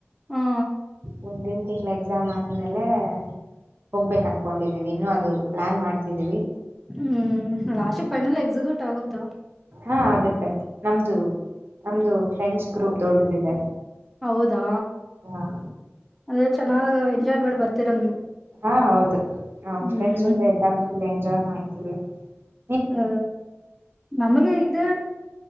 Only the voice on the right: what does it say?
ಮುಂದಿನ್ ತಿಂಗ್ಳ್ ಎಕ್ಸಾಮ್ ಆದ್ಮೇಲೆ. ಹೋಗ್ಬೇಕ್ ಅನ್ಕೊಂಡಿದ್ದೀವಿ ಇನ್ನು ಅದು ಪ್ಲಾನ್ ಮಾಡ್ತಿದ್ದೀವಿ.
ಹಾ ಆಗುತ್ತೆ. ನಮ್ದು ನಮ್ದು ಫ್ರೆಂಡ್ಸ್ ಗ್ರೂಪ್ ದೊಡ್ಡದಿದೆ
ಹ.
ಹಾ ಹೌದು ನಾ್
ಫ್ರೆಂಡ್ಸ್ ಜೊತೆ ಇದ್ದಾಗ ಫುಲ್ ಎಂಜಾಯ್ ಮಾಡ್ಿ ಹ <inaudible>